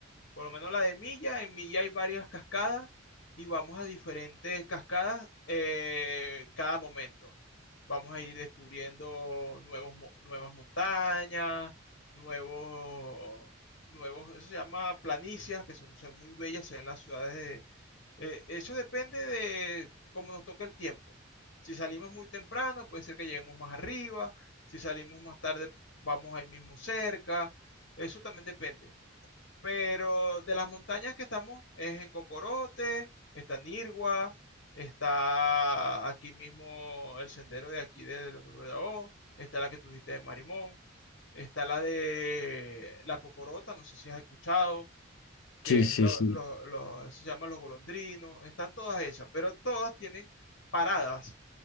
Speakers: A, on the left; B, on the left.
A: Por lo menos la de Milla, en Milla hay varias cascadas y vamos a diferentes cascadas eh, cada momento. Vamos a ir descubriendo nuevos, mo- nuevas montañas, nuevos, nuevos, eso se llama planicias, que son, son muy bellas, se ven las ciudades de... eh, eso depende de cómo nos toque el tiempo. Si salimos muy temprano, puede ser que lleguemos más arriba. Si salimos más tarde, vamos ahí mismo cerca. Eso también depende. Pero de las montañas que estamos es en Cocorote, está Nirgua, está aquí mismo el sendero de aquí de Leonor Bellao, está la que tú dijiste de Marimón, está la de la Cocorota, no sé si has escuchado, que
B: Sí,
A: es
B: sí,
A: lo,
B: sí.
A: lo- lo- se llaman los golondrinos, están todas esas, pero todas tienen paradas